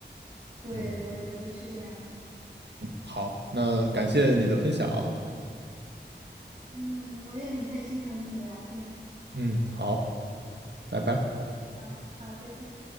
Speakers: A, on the right; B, on the right.
A: 对，
B: 嗯，
A: 我也觉得是这样。
B: 好，那感谢你的分享啊。
A: 嗯，我也很开心和你聊天。
B: 嗯，好，拜拜。
A: 嗯，好好，再见。